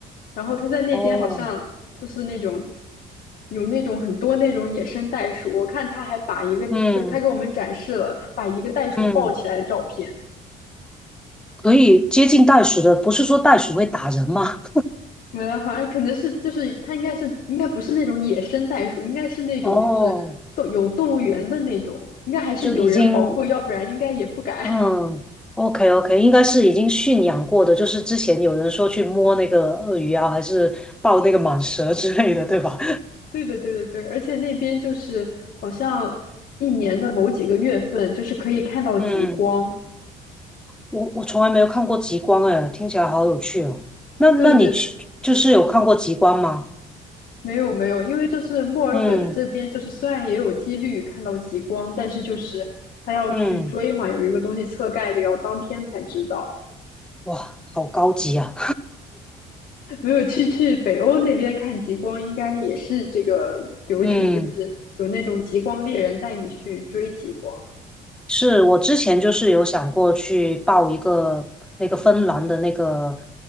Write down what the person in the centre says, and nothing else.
哦，
嗯嗯，可以接近袋鼠的，不是说袋鼠会打人吗？
<laughs> 哦，
就已经，
嗯，OK OK，应该是已经驯养过的，就是之前有人说去摸那个鳄鱼啊，还是抱那个蟒蛇之类的，对吧？
<laughs> 嗯。我我从来没有看过极光，哎，听起来好有趣哦。那那你去就是有看过极光吗？
嗯
嗯，
哇，好高级啊！
<laughs> 嗯。
是我之前就是有想过去报一个那个芬兰的那个